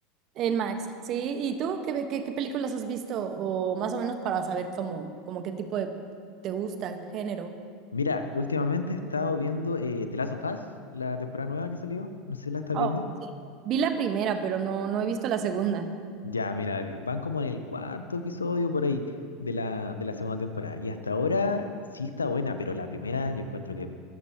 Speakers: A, on the right (about 45°); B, on the left (about 85°).
A: en Max, sí. ¿Y tú qué, qué, qué películas has visto? O más o menos para saber cómo, como qué tipo de te gusta, género.
B: Mira, últimamente he estado viendo eh, The Last of Us, la temporada nueva que salió. No sé si la estás
A: Oh,
B: viendo.
A: vi la primera, pero no, no he visto la segunda.
B: Ya, mira, le- van como en el cuarto episodio por ahí de la, de la segunda temporada. Y hasta ahora sí está buena, pero la primera yo encuentro que